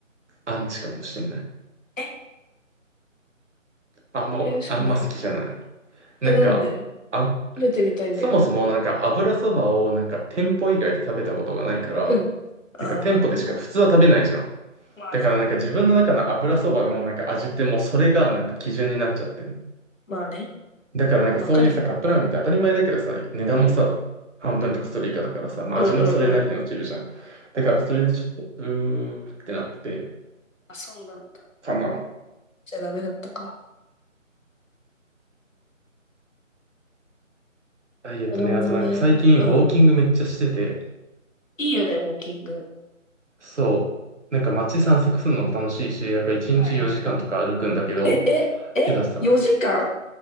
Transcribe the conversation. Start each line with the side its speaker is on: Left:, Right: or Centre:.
Right: アンチかもしれない。
Left: え、
Right: あんま、
Left: あんまり美味しくない
Right: あんま好きじゃない。
Left: え、
Right: なんか、
Left: なんで
Right: あ、
Left: 食べてみたいんだよね、
Right: そもそもなんか油そばをなんか店舗以外で食べたことがないから、
Left: あれ。うん。
Right: っていうか店舗でしか普通は食べないじゃん。
Left: ああ、まあね。まあね。
Right: だからなんか自分の中の油そばのなんか味ってもうそれがなんか基準になっちゃってる。
Left: まあね。
Right: だからなんかそういうさ、
Left: わかるよ。
Right: カップラーメンって当たり前だけどさ、値段もさ、半分とかそれ以下だからさ、まあ味もそれなりに落ちるじゃん。
Left: うんうん
Right: だからそれでちょっと、
Left: まあね。
Right: うーってなって、
Left: あ、そうなんだ。
Right: かな。
Left: じゃあダメだったか。
Right: ダイエットね、
Left: なるほどね。
Right: あとなんか最近ウォーキングめっちゃしてて、
Left: うん。いいよね、ウォーキング。
Right: そう。なんか街散策するのも楽しいし、なんか1日4時間とか歩くんだけど、
Left: はいはいはい。え、え、え、
Right: けどさ、
Left: 4時間